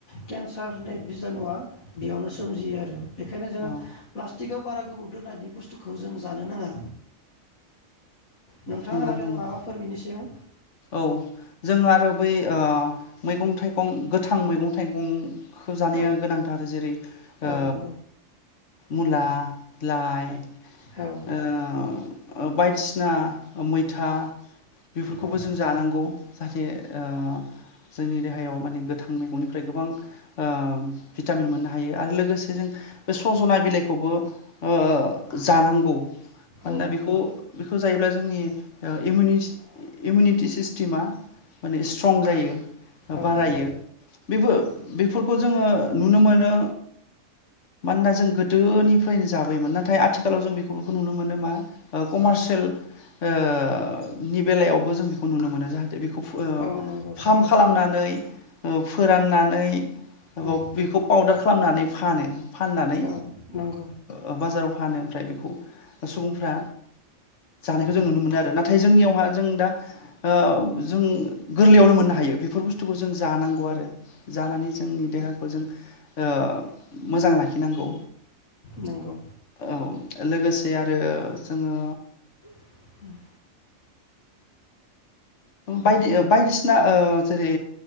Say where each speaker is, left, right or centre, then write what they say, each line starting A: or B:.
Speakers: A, on the left (about 85°); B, on the left (about 65°).
A: केन्सार होननाय बिजानुआ बेयावनो सोमजियो आरो। बेखायनो जोङो
B: औ
A: प्ला टिकाव बारा गोबाव दोननायनि बुस्थुखौ जों जानो नाङा। नोंथाङा
B: नंगौ
A: आरो
B: नंगौ
A: माबाफोर बिनि सायाव
B: औ जों आरो बै। ओ मैगं थाइगं गोथां मैगं थाइगं। खौ जानाया
A: औ
B: गोनांथार जेरै ओ
A: औ नंगौ
B: मुला लाइ
A: औ
B: ओ। ओ बायदिसिना मैथा बे खौबो
A: औ
B: जों जानांगौ जाहाथे ओ जोंनि देहायाव माने गोथां मैगंनिफ्राय गोबां ओ भिटामिन मोननो हायो आरो लोगोसे जों बे सज'ना बिलाइखौबो ओ जानांगौ मानोना
A: औ
B: बिखौ बेखौ जायोब्ला जोंनि ओ इमिउनिस इमिउनिटि सिस्टेमा माने स्ट्रं जायो
A: औ
B: बारायो
A: नंगौ
B: बेबो बेफोर खौ जोङो नुनो मोनो मानोना जों गोदोनिफ्रायनो जाबायोमोन नाथाय आथिखालाव जों बेफोरखौ नुनो मोनो मा कमार्सियेल ओ नि बेलायाव। बो जों बेखौ नुनो मोनो जाहाथे बेखौ फो
A: औ नंगौ
B: फार्म खालामनानै औ फोराननानै औ
A: उम
B: बेखौ पाउदार खालामनानै फानो फाननानै
A: औ नंगौ
B: ओ बाजाराव फानो ओमफ्राय बेखौ सुबुंफ्रा जानायखौ जों नुनो मोनो आरो नाथाय जोंनियावहा जों दा औ जों गोरलैयावनो मोननो हायो बेफोर बुस्थुखौ जों जानांगौ आरो। जानानै जोंनि देहाखौ जों ओ मोजां लाखिनांगौ।
A: नंगौ
B: औ लोगोसे जे आरो जोङो
A: ओम
B: बायदि ओ बायदिसिना ओ जेरै